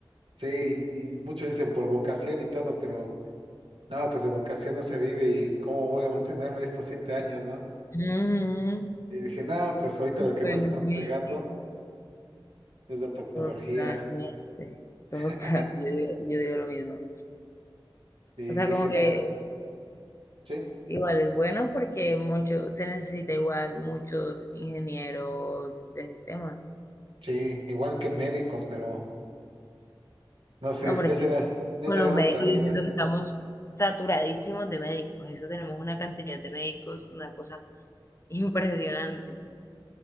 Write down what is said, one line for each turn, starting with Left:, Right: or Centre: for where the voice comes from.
Right: Sí, y y muchos dicen por vocación y todo, pero no, pues de vocación no se vive y cómo voy a mantenerme estos siete años, ¿no?
Left: Ujú,
Right: Y dije, no, pues ahorita
Left: súper,
Right: lo que más está
Left: sí.
Right: pegando es la tecnología.
Left: Totalmente, total,
Right: <laughs>
Left: yo digo, yo digo lo mismo.
Right: Y
Left: O sea,
Right: dije,
Left: como que
Right: no, sí,
Left: igual es bueno porque mucho, se necesita igual muchos ingenieros de sistemas.
Right: sí, igual que médicos, pero no sé,
Left: No, por ejemplo,
Right: ya será, ya
Left: con
Right: será
Left: los
Right: en
Left: médicos
Right: otra vida.
Left: yo siento que estamos saturadísimos de médicos. Eso tenemos una cantidad de médicos, una cosa <laughs> impresionante.